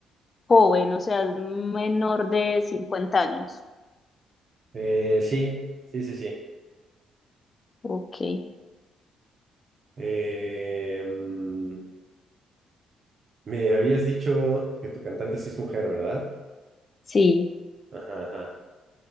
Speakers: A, on the left; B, on the right.
A: joven, o sea, es menor de 50 años.
B: Eh, sí, sí, sí, sí.
A: Ok,
B: Eh, mm, me habías dicho que tu cantante sí es mujer, ¿verdad?
A: sí.
B: Ajá, ajá.